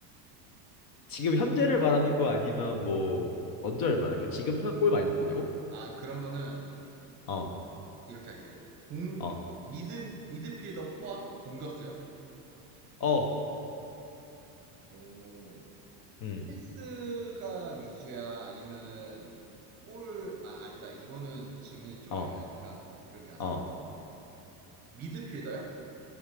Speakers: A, on the left; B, on the right.
A: 지금 현재를 말하는 거 아니면 뭐 언제를 말하는 거? 지금 현- 골 많이 넣고 있냐고?
B: 아, 그러면은
A: 어,
B: 이렇게 할게. 공,
A: 어,
B: 미드, 미드필더 포함 공격수야?
A: 어,
B: 오,
A: 음,
B: 패스가 위주야? 아니면은 골을, 아, 아니다. 이거는 질문이 좀
A: 어,
B: 애매하니까 이렇게 하자.
A: 어.
B: 미드필더야?